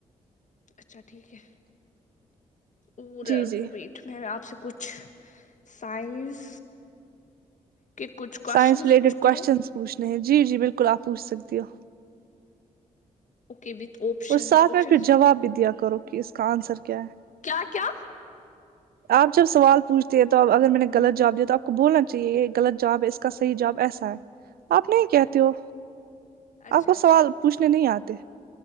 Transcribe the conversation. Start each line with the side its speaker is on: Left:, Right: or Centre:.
Left: اچھا ٹھیک ہے اور
Right: جی
Left: ہے رکوپت
Right: جی
Left: میں آپ سے کچھ سائنس کہ کچھ کوشانس
Right: سائنس ریلیٹڈ
Left: پوچھتی
Right: کوشچنس
Left: ہوں
Right: پوچھنے ہیں جی جی بالکل آپ پوچھ سکتی ہو
Left: اوکے وتھ آپشنز
Right: اور ساتھ
Left: آپشنز
Right: میں پھر جواب بھی دیا کرو کہ اس کا آنسر کیا ہے
Left: کیا کیا
Right: آپ جب سوال پوچھتے ہیں تو اب اگر میں نے غلط جواب دیا تو آپ کو بولنا چاہیے یہ غلط جواب ہے اس کا صحیح جواب ایسا ہے آپ نہیں کہتے ہو
Left: اچھا
Right: آپ کو
Left: اچھا
Right: سوال پوچھنے نہیں آتے